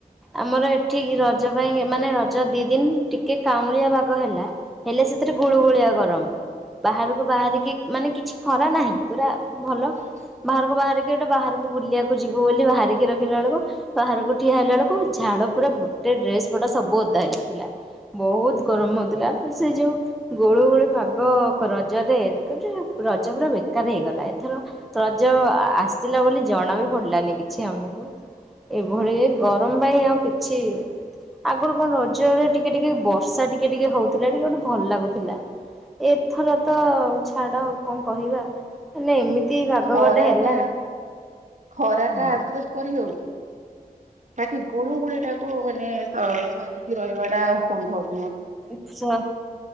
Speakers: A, in the centre; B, on the right (about 55°).
A: ଆମର ଏଠି ର ରଜ ପାଇଁ ମାନେ ରଜ ଦି ଦିନ ଟିକେ କାଉଁଳିଆ ପାଗ ହେଲା। ହେଲେ ସେଥିରେ ଗୁଳୁ
B: ହୁଁ
A: ଗୁଳିଆ ଗରମ। ବାହାରକୁ ବାହାରିକି ମାନେ କିଛି ଖରା ନାହିଁ। ପୁରା ଭଲ
B: ହୁଁ
A: ବାହାରକୁ ବାହାରିକି ଗୋଟେ ବାହାରକୁ ବୁଲିବାକୁ ଯିବୁ ବୋଲି। ବାହାରିକି ରଖିଲା ବେଳକୁ ବାହାରକୁ ଠିଆ ହେଲା ବେଳକୁ ଝାଳ ପୁରା ଗୋଟେ ଡ୍ରେସ ପଡା ସବୁ ଅଦା ହେଇଯାଉଥିଲା ବହୁତ ଗରମ। ମ ହଉଥିଲା ସେ ଯୋଉ ଗୁଳୁ ଗୁଳୁ ପାଗ ରଜରେ ଗୋ ରଜ ପୁରା ବେକାର ହେଇଗଲା ଏଥର ରଜ ଆସିଲା ବୋଲି ଜଣା ବି ପଡିଲାନି କିଛି ଆମକୁ। ଏଇଭଳି ଏ ଗରମ ପାଇଁ ଆଉ କିଛି ଆଗରୁ କଣ ରଜରେ ଟିକେ ଟିକେ ବର୍ଷା ଟିକେ ଟିକେ ହଉଥିଲା। ଟିକେ ମାନେ ଭଲ ଲାଗୁଥିଲା। ଏଥର ତ ଛାଡ ଆଉ କଣ କହିବା। ହେଲେ ଏମିତି ପାଗ
B: ଖରା
A: ଗୋଟେ ହେଲା
B: ଟା ଖରା
A: ହୁଁ
B: ଟା ଆଡଜଷ୍ଟ କରି ହଉ ବାକି ଗୁଳୁ ଗୁଳିଟାକୁ ମାନେ ତ ସହିକି ରହିବାଟା ଅସମ୍ଭବ।
A: ଆଛା